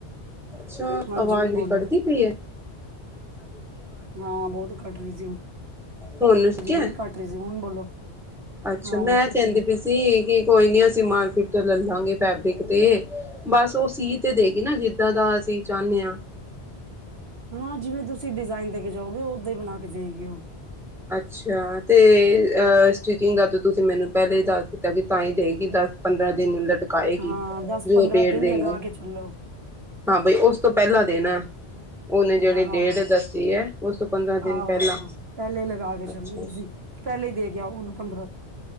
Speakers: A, in the centre; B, on the right.
A: ਅੱਛਾ,
B: ਹਾਂਜੀ
A: ਆਵਾਜ਼
B: ਹੁਣ
A: ਮੇਰੀ
B: ਬੋਲੋ
A: ਕੱਟਦੀ ਪਈ ਐ।
B: ਹਾਂ, ਬਹੁਤ ਕੱਟ ਰਹੀ ਸੀ
A: ਹੁਣ
B: ਹਾਂਜੀ
A: ਠੀਕ ਹੈ
B: ਬੜੀ ਘੱਟ ਸੀ ਹੁਣ ਬੋਲੋ।
A: ਅੱਛਾ,
B: ਹਾਂ
A: ਮੈਂ
B: ਹੁਣ ਠੀਕ
A: ਕਹਿੰਦੀ
B: ਹੈ
A: ਪਈ ਸੀ। ਸੀ ਕਿ ਕੋਈ ਨੀ ਅਸੀਂ ਮਾਰਕੀਟ ਤੋਂ ਲੈਲਾਂਗੇ ਫੈਬਰਿਕ ਤੇ ਬਸ ਓ ਸੀ ਤੇ ਦੇਗੀ ਨਾ ਜਿੱਦਾਂ ਦਾ ਅਸੀਂ ਚਾਨੇ ਆ।
B: ਹਾਂ, ਜਿਵੇਂ ਤੁਸੀਂ ਡਿਜ਼ਾਇਨ ਦੇ ਕੇ ਜਾਓਗੇ ਓਦਾਂ ਹੀ ਬਣਾ ਕੇ ਦਏਗੀ ਓ।
A: ਅੱਛਾ, ਤੇ ਅ ਸਟਿਚਿੰਗ ਦਾ ਤਾਂ ਤੁਸੀਂ ਮੈਨੂੰ ਪਹਿਲੇ ਹੀ ਦੱਸ ਦਿੱਤਾ ਕਿ ਤਾਂ ਹੀ ਦੇਗੀ ਦੱਸ ਪੰਦਰਾਂ ਦਿਨ ਲਟਕਾਏਗੀ
B: ਹਾਂ ਦਸ
A: ਜੋ
B: ਪੰਦਰਾਂ
A: ਡੇਟ
B: ਦਿਨ
A: ਦੇਗੀ।
B: ਲਗਾ ਕੇ ਚੱਲੋ
A: ਹਾਂ ਬਈ ਉਸ ਤੋਂ ਪਹਿਲਾ ਦੇਣਾ। ਉਹਨੇ ਜਿਹੜੀ
B: ਹਾਂ
A: ਡੇਟ ਦੱਸੀ ਐ ਉਸ ਤੋਂ ਪੰਦਰਾਂ ਦਿਨ
B: ਆਹੋ
A: ਪਹਿਲਾਂ
B: ਪਹਿਲੇ ਲਗਾ ਕੇ ਚੱਲੋ
A: ਅੱਛਾ
B: ਤੁਸੀਂ ਪਹਿਲੇ ਹੀ ਦੇ ਕੇ ਉਹਨੂੰ ਪੰਦਰਾਂ